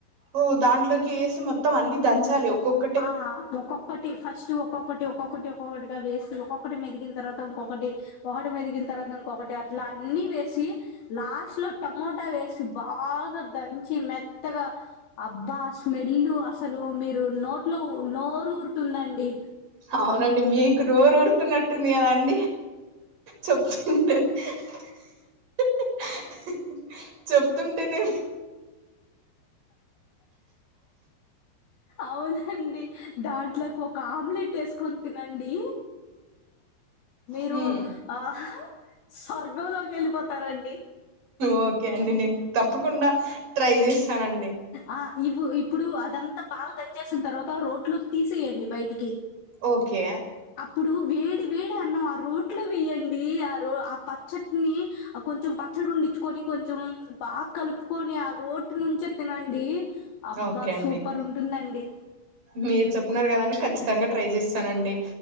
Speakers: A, on the right; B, on the left.
A: ఓ దాంట్లోకి వేసి మొత్తం అన్ని దంచాలి ఒక్కొక్క
B: ఆ ఒక్కొక్కటి ఫస్ట్ ఒక్కొక్క టి ఒక్కొక్కటిగా వేసి ఒక్కొక్కటి మెదిగిన తర్వాత ఇంకొకటి ఒకటి మేదిగిన తర్వాత ఇంకొకటి అట్లా అన్ని వేసి లాస్ట్ లో టమోటా వేసి బాగా దంచి మెత్తగా అబ్బా స్మెల్ అసలు మీరు నోట్లో నోరురుతుందండి.
A: అవునండి మీకు నోరురు తున్నట్టుంది కదాండి చెప్తుంటే హ్హ్హ్హ్ చెప్తుంటేనే
B: అవునండి దాంట్లోకి ఒక ఆమ్లెట్ వేసుకొని తినండి. మీరు
A: హ్మ్
B: ఆహ్ స్వర్గంలోకి వెళ్ళిపోతారండి.
A: ఓకే అండి నేను తప్పకుండా ట్రై చేస్తానండి.
B: ఆ ఇవ్వు ఇప్పుడు అదంతా బాగా దంచేసిన తర్వాత రోట్లో తీసేయండి బయటికి
A: ఓకే
B: అప్పుడు వేడి వేడి అన్నం ఆ రోట్లో వేయ్యడి ఆ రో ఆ పచ్చట్ని కొంచెం పచ్చడి ఉండించుకొని కొంచెం బాగా కలుపుకొని ఆ రోట్ నుంచే తినం డి అబ్బా
A: ఓకే అండి
B: సూపర్ ఉంటుందండి
A: మీరు చెప్న్నారు కదాండి ఖచ్చితంగా ట్రై చేస్తానండి